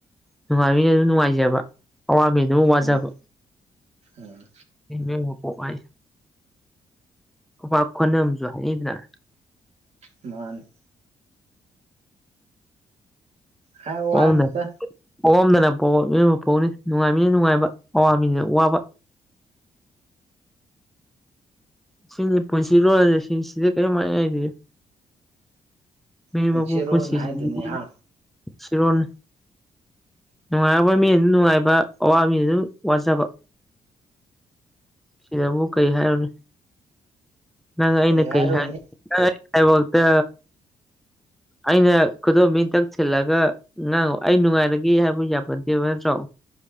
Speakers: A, in the centre; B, on the right.
A: ꯅꯨꯡꯉꯥꯏꯕꯅ ꯑꯗꯨꯝ ꯅꯨꯡꯉꯥꯏꯖꯕ ꯑꯋꯥꯕ ꯑꯗꯨꯝ ꯋꯥꯖꯕ
B: ꯎꯝ ꯎꯝ
A: ꯑꯩꯕ ꯄꯣꯛ ꯍꯥꯏ ꯄꯥꯛ ꯈꯣꯟꯅꯝꯨ ꯍꯥꯏꯅꯩꯗꯅ
B: ꯃꯥꯥꯅꯦ ꯍꯥꯏ ꯋꯥꯅꯤꯗ
A: ꯄꯣꯛꯝꯗꯅ ꯄꯣꯛꯑꯝꯗꯅ ꯄ ꯃꯤꯏꯕ ꯐꯣꯛꯅꯤ ꯅꯨꯡꯉꯥꯏꯃꯤꯅ ꯅꯨꯡꯉꯥꯏꯕ ꯑꯋꯥ ꯃꯤꯁꯨ ꯋꯥꯕ ꯁꯤꯅꯤ ꯄꯨꯁꯤꯔꯣꯜ ꯍꯥꯏꯁꯦ ꯁꯤꯗ ꯀꯦꯝ ꯍꯥꯏꯅꯤꯡꯉꯥꯏ ꯇꯦ ꯃꯤ
B: ꯄꯨꯟꯁꯤꯔꯣꯟ
A: ꯃꯀꯣꯛꯄꯨ <unintelligible>
B: ꯍꯥꯏꯗꯨꯅꯤ ꯍꯥ
A: ꯔꯣꯜ ꯅꯨꯡꯉꯥꯏꯔꯕ ꯃꯤ ꯑꯗꯨ ꯅꯨꯡꯉꯥꯏꯕ ꯑꯋꯥ ꯃꯤ ꯑꯗꯨꯝ ꯋꯥꯖꯕ ꯁꯤꯗꯕꯨ ꯀꯩ ꯍꯥꯏꯔꯨꯅ ꯅꯪ ꯑꯩꯅ
B: ꯀꯔꯤ
A: ꯀꯩ
B: ꯍꯥꯏꯔꯨꯅꯤ
A: ꯍꯥꯏ ꯍꯥꯏꯕꯇ ꯑꯩꯅ ꯈꯨꯗꯣꯝ ꯇꯛ ꯊꯤꯜꯂꯒ ꯉꯥꯡꯉꯣ ꯑꯩ ꯅꯨꯡꯉꯥꯏꯔꯒꯦ ꯍꯥꯏꯕ ꯌꯥꯕꯗꯦꯕ ꯅꯠꯇ꯭ꯔꯣ